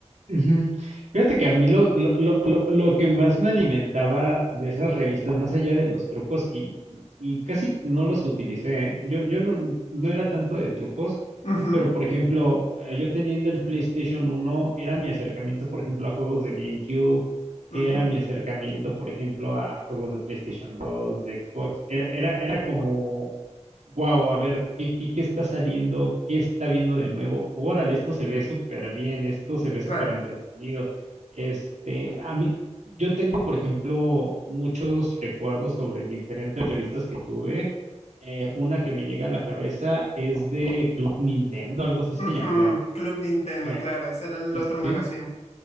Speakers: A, on the right; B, on the left.
A: Ujú. Fíjate que a mí lo, lo, lo, lo, lo que más me alimentaba de esas revistas, más allá de los trucos, y, y casi no los utilicé, ¿eh? Yo, yo no, no era tanto de trucos,
B: Ujú,
A: pero por ejemplo, eh, yo teniendo el PlayStation uno era mi acercamiento, por ejemplo, a juegos de GameCube, era
B: ujú,
A: mi acercamiento, por ejemplo, a juegos de PlayStation dos de Xbox, era, era, era como Wow, a ver, ¿qué, qué, qué está saliendo? ¿Qué está viendo de nuevo? Órale, esto se ve súper bien, esto se ve súper
B: claro.
A: entretenido. Este, a mí, yo tengo, por ejemplo, muchos recuerdos sobre diferentes revistas que tuve. Eh, una que me llega a la cabeza es de Club Nintendo, algo así
B: Ujú,
A: se llamaba.
B: Club Nintendo,
A: Eh,
B: claro, ese era el
A: sí,
B: otro
A: sí.
B: magazine.